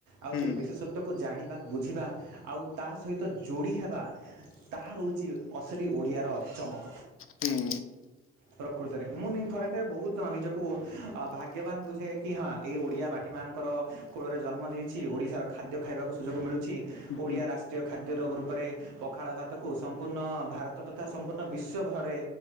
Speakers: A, on the right; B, on the left.
A: ଆଉ
B: ହୁଁ
A: ସେ ବିଶେଷତ ତାକୁୁ ଜାଣିବା ବୁଝିବା ଆଉ ତା ସହିତ ଯୋଡ଼ି ହେବା ତାହା ରହୁଚି ଅସଲି ଓଡ଼ିଆର ଚମକ।
B: ହୁଁ
A: ପ୍ରକୃତରେ ମୁଁ ନି ଥରେ ଥରେ ବହୁତ ତ ନିଜକୁ ଅ ଭାଗ୍ୟବାନ ବୁଝେ କି ଏହା ଓଡିଆ ମାଟି ମାଙ୍କର କୋଳରେ ଜନ୍ମ ନେଇଛି ଓଡିଶାର ଖାଦ୍ୟ ଖାଇବାକୁ ସୁଯୋଗ ମିଳୁଛି ଓଡ଼ିଆ
B: ହୁଁ
A: ରାଷ୍ଟ୍ରୀୟ ଖାଦ୍ୟର ରୂପରେ ପଖାଳ ଭାତକୁ ସମ୍ପୂର୍ଣ୍ଣ ଭାରତ ତଥା ସମ୍ପୂର୍ଣ୍ଣ ବିଶ୍ଵଭରେ